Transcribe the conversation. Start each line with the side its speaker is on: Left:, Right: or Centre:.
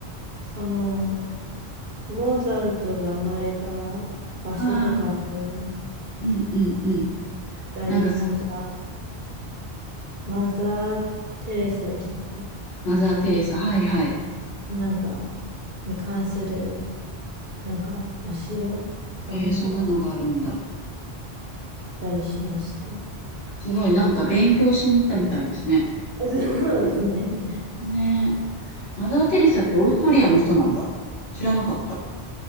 Right: その、モーツァルトが生まれた場所とかに行っ
Left: ああ、うんうんうん。
Right: たり、
Left: なんかす、
Right: なんか、マザー・テレサでしたっけ
Left: マザー・テレサ、はいはい。
Right: なんか、に関する、なんか、お城かなんか
Left: えーそんなのがあるんだ。
Right: 行ったりしましたね。
Left: すごい、なんか勉強しに行ったみたいですね。
Right: <laughs> そうですね。
Left: ねえ。マザー・テレサってオーストリアの人なんだ。知らなかった。